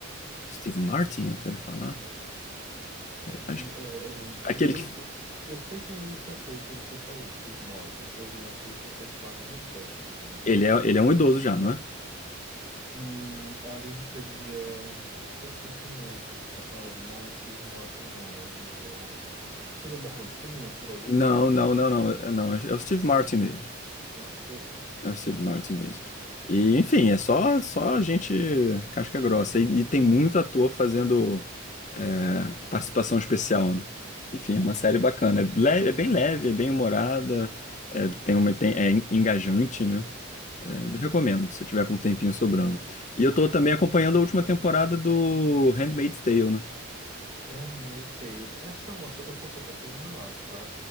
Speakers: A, on the left; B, on the right.
A: Steve Martin, eu quero falar.
B: É,
A: Acho que,
B: eu, eu,
A: aquele que,
B: eu sei quem é esse ator que você falou, Steve Martin. Eu não sei se ele fez parte da série em si, né?
A: ele é, ele é um idoso já, não é?
B: Hum, ali não seria. Eu sei quem é que você tá falando. Não é Steve Martin, não. O nome dele é o. Não seria o Morgan Freeman por algum
A: Não,
B: motivo?
A: não, não,
B: Não.
A: não, não, é o Steve Martin mesmo.
B: Ah, beleza.
A: É o Steve Martin mesmo. E, enfim, é só, só gente casca grossa. E, e tem muito ator fazendo é, participação especial, né? Enfim,
B: Uhum,
A: é uma série bacana. É, leve, é bem leve, é bem humorada, é, tem uma, tem, é en- engajante, né? É,
B: uhum.
A: recomendo, se tiver com um tempinho sobrando. E eu tô também acompanhando a última temporada do Handmaid's Tale, né?
B: Handmaid's Tales. Essa é uma, sé- eu posso até estar enganado, tá?